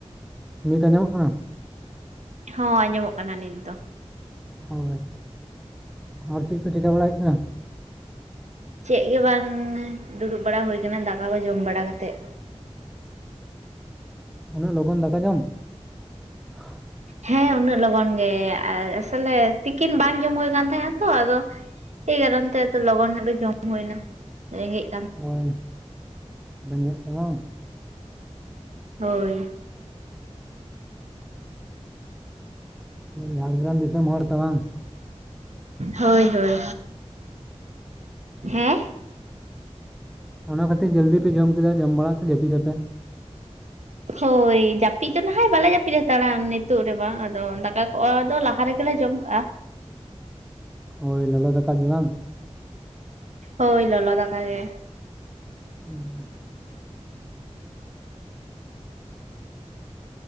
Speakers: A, in the centre; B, on the right.
A: ᱱᱤᱛ ᱟᱸᱡᱚᱢᱚᱜ ᱠᱟᱱᱟ
B: ᱦᱚᱸ ᱟᱸᱡᱚᱢᱚᱜ ᱠᱟᱱᱟ ᱱᱤᱛ ᱫᱚ
A: ᱦᱳᱭ ᱟᱨ ᱪᱮᱫ ᱠᱚ ᱪᱤᱠᱟ ᱵᱟᱲᱟ ᱦᱩᱭᱩᱜ ᱠᱟᱱᱟ
B: ᱪᱮᱫ ᱜᱮ ᱵᱟᱝ ᱫᱩᱲᱩᱵ ᱵᱟᱲᱟ ᱦᱩᱭ ᱟᱠᱟᱱᱟ ᱫᱟᱠᱟ ᱠᱚ ᱡᱚᱢ ᱵᱟᱲᱟ ᱠᱟᱛᱮᱫ
A: ᱩᱱᱟᱹᱜ ᱞᱚᱜᱚᱱ ᱫᱟᱠᱟ ᱡᱚᱢ ᱦ <unintelligible>
B: ᱦᱮᱸ ᱩᱱᱟᱹᱜ ᱞᱚᱜᱚᱱ ᱜᱮ ᱟᱥᱚᱞᱮ ᱛᱤᱠᱤᱱ ᱵᱟᱝ ᱡᱚᱢ ᱦᱩᱭ ᱟᱠᱟᱱᱛᱟᱦᱮᱫᱱᱟ ᱛᱚ ᱟᱫᱚ ᱮᱭ ᱠᱟᱨᱚᱱ ᱛᱮ ᱞᱚᱜᱚᱱ ᱧᱚᱜ ᱜᱮ ᱡᱚᱢ ᱦᱩᱭ ᱮᱱᱟ ᱨᱮᱸᱜᱮᱜ
A: ᱳᱭ ᱵᱮᱸᱜᱮᱫ ᱚ ᱵᱟᱝ᱾
B: ᱦᱳᱭ
A: ᱡᱷᱟᱲᱜᱨᱟᱢ ᱫᱤᱥᱚᱢ ᱦᱚᱲ ᱛᱚ ᱵᱟᱝ? <inaudible>
B: ᱦᱳᱭ ᱦᱳᱭ ᱦᱮᱸ
A: ᱚᱱᱟ ᱠᱷᱟᱹᱛᱤᱨ ᱡᱟᱹᱞᱫᱤ ᱯᱮ ᱡᱚᱢ ᱠᱮᱫᱟ, ᱡᱚᱢ ᱵᱟᱲᱟ ᱠᱟᱛᱮ ᱡᱟᱹᱯᱤᱫ ᱟᱯᱮ᱾
B: ᱦᱳᱭ ᱡᱟᱹᱯᱤᱫ ᱫᱚ ᱱᱟᱦᱟᱜ ᱵᱟᱞᱮ ᱡᱟᱹᱯᱤᱫ ᱦᱟᱛᱟᱲᱟ ᱱᱤᱛᱳ ᱨᱮ ᱵᱟᱝ ᱟᱫᱚ ᱫᱟᱠᱟ ᱠᱚᱜᱼᱟᱫᱚ ᱞᱟᱦᱟ ᱨᱮᱜᱮᱞᱮ ᱡᱚᱢ <unintelligible>
A: ᱦᱳᱭ ᱞᱚᱞᱚ ᱫᱟᱠᱟᱫ ᱜᱮ ᱵᱟᱝ?
B: ᱦᱳᱭ ᱞᱚᱞᱚ ᱫᱟᱠᱟ ᱜᱮ᱾
A: ᱩᱸ